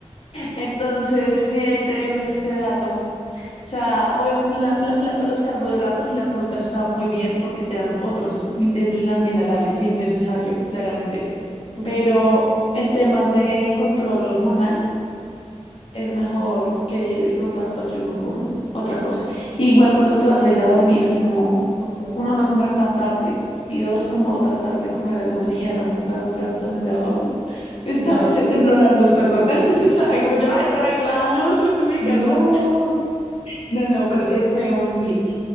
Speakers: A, on the left; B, in the centre.
A: Entonces, sí, ahí te dejo ese dato. O sea, obviamente, los carbohidratos y la fruta están muy bien porque te dan otros vitaminas, minerales, si es necesario, claramente.
B: mm,
A: Pero en temas de control hormonal, es mejor que rompas tu ayuno con otra cosa. Igual cuando te vas a ir a dormir, como
B: ok.
A: uno, no comer tan tarde y dos, como tratar de comer algo ligero, un carbohidrato también de... oh, está-
B: Yo,
A: se tembló la luz, perdón. <laughs> Estaba como yo, ay, se va a ir la luz <laughs> en mi casa.
B: no.
A: No, no, pero eh, fue un glitch.